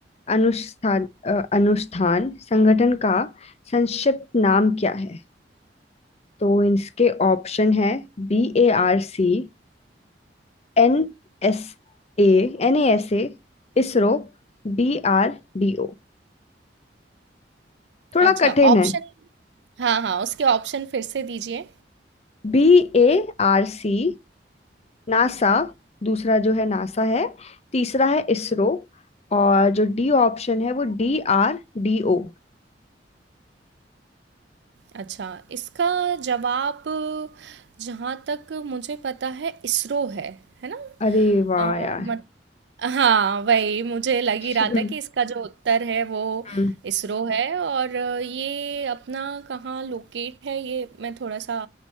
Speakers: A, on the left; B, on the right.
A: अनुष्ठान अ, अनुष्ठान संगठन का संक्षिप्त नाम क्या है तो इसके ऑप्शन है बी ए आर सी एन एस ए एन ए एस ए ISRO बी आर डी थोड़ा
B: अच्छा
A: कठिन
B: ऑप्शन
A: है
B: हाँ हाँ उसके ऑप्शन फिर से दीजिए
A: बी ए आर सी नासा दूसरा जो है नासा है तीसरा है इसरो और जो डी ऑप्शन है वो डी आर डी ओ
B: अच्छा, इसका जवाब जहाँ तक मुझे पता है इसरो है, है ना?
A: अरे वाह
B: अ,
A: यार
B: मत हाँ, वही मुझे लग ही रहा
A: हम्म,
B: था कि इसका जो उत्तर है वो
A: हम्म,
B: इसरो है और ये अपना कहाँ लोकेट है ये मैं थोड़ा सा